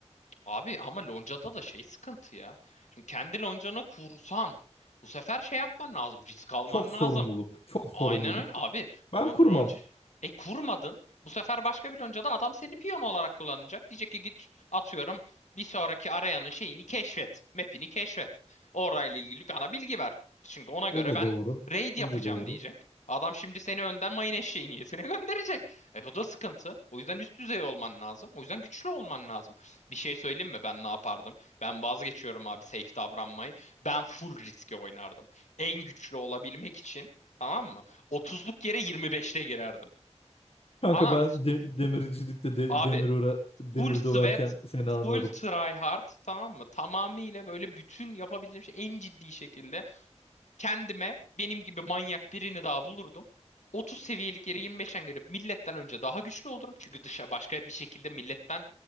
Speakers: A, on the left; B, on the left.
A: Abi ama loncada da şey sıkıntı ya. Şimdi kendi loncana kursan bu sefer şey yapman lazım. Risk alman
B: Çok sorumluluk.
A: lazım.
B: Çok sorumluluk.
A: Aynen öyle. Abi
B: Ben
A: lo-
B: kurmam.
A: lonca e kurmadın. Bu sefer başka bir loncada adam seni piyon olarak kullanacak. Diyecek ki git atıyorum bir sonraki arayanın şeyini keşfet. Map'ini keşfet. Orayla ilgili bana bilgi ver. Çünkü ona göre
B: O da
A: ben
B: doğru.
A: raid yapacağım
B: O da doğru.
A: diyecek. Adam şimdi seni önden mayın eşeği niyetine <laughs> gönderecek. E bu da sıkıntı. O yüzden üst düzey olman lazım. O yüzden güçlü olman lazım. Bir şey söyleyeyim mi? Ben ne yapardım? Ben vazgeçiyorum abi safe davranmayı. Ben full riske oynardım. En güçlü olabilmek için Tamam mı? 30'luk yere 25'te girerdim.
B: Kanka
A: Anam
B: ben de- demircilikte de-
A: abi
B: demir öre- demir
A: full sweat,
B: döverken seni anarım.
A: full try hard tamam mı? Tamamıyla böyle bütün yapabileceğim şey en ciddi şekilde kendime benim gibi manyak birini daha bulurdum. 30 seviyelik yere 25'ten girip milletten önce daha güçlü olurum. Çünkü dışa başka bir şekilde milletten